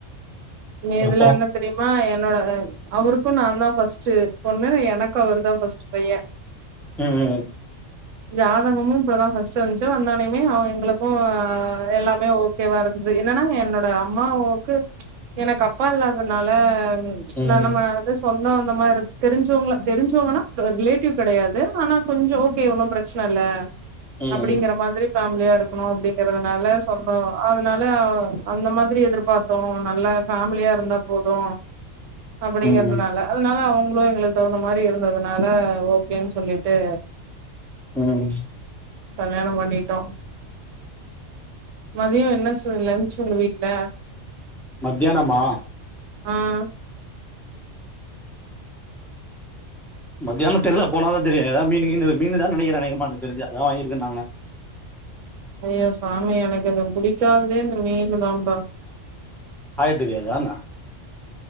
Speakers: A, on the right; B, in the centre.
A: இனி
B: அப்புறோ
A: இதுல என்ன தெரியுமா என்னோட அவருக்கு நான் தா ஃபஸ்ட் பொண்ணு எனக்கு அவருதா பஸ்ட் பைய்ய
B: ம்
A: ஜாதகமும் இப்பதா ஃர்ஸ்ட் வந்ச்சு வந்த ஒன்னயமே அவுங்க எங்களுக்கு எல்லாமே ஓக் கே வா இரு என்னன்னா என்னோட அம்மாவுக்கு எனக்கு அப்பா இல்லாதனால ம்ச்
B: ம்
A: நா நம்ம இது சொல் இன்னு அந்த மாரி தெரிஞ்சவங்கள தெரிஞ்சவங்கன்னா ரிலேட்டிவ் கெடையாது. ஆனா கொஞ்சோ ஓகே ஒன்னு பிரச்சன இல்ல.
B: ம்
A: அப்படிங்கிற மாதிரி ஃபேமிலியா இரு ருக்கணு அப்டிங்கறதுனால சொந்தோ அது னால அ அந்த மாதிரி எதிர்பாத்தோ நல்ல ஃபேமிலியா இருந்தப்போ ஒ அப்பிடிங்கறதுனால
B: ம்
A: அதனால அவுங உலோ எங்குளுக் தவுந்த மாரி இருந்ததுனால ஓகேன் சொல்லிட்டு
B: ம்
A: கல்யாணம் பண்ணிட்டோ மதியோ என்ன ஸ் ட்டு லன்ச் உங்க வீட்ல
B: மத்தியானமா
A: ஆஹ்
B: மத்தியான தெர்லா போனாதா தெரியு எதா மீனு கீனு மீனுதான் நெனைக்கிற அநேகமா தெரிஞ்சா அதா வாங்கிருக்கேன்னாங்க
A: ஐயோ சாமி எனக்கு அந்த புடிக்காததே இந்த மீ னுதாம்பா
B: ஆயத்தெரியாதான்ன